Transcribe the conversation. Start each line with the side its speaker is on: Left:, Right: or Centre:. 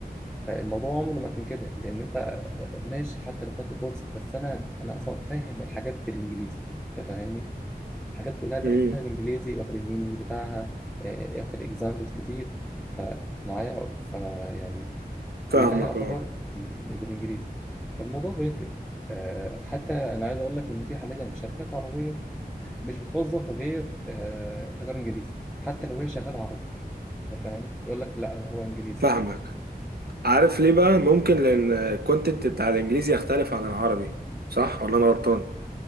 Centre: الموضوع عمره ما كان كده لان انت ماشي حتى لو خدت كورس بس انا انا اصلا فاهم الحاجات بالانجليزي انت فاهمني الحاجات كلها درستها
Right: امم
Centre: بالانجليزي واخد المينينج بتاعها آه، واخد اكزامبلز كتير فكنت معايا فيعني كلها
Right: فاهمك
Centre: يعتبر
Right: اه
Centre: ال- بالانجليزي فالموضوع بيفرق آه، حتى انا عايز اقول لك ان في حاليا شركات عربيه مش بتوظف غير آه، تجار انجليزي حتى لو هي شغاله عربي انت فاهم يقول لك لا أنا هو انجليزي
Right: فاهمك عارف ليه بقى ممكن لان الكونتنت بتاع الانجليزي يختلف عن العربي صح ولا انا غلطان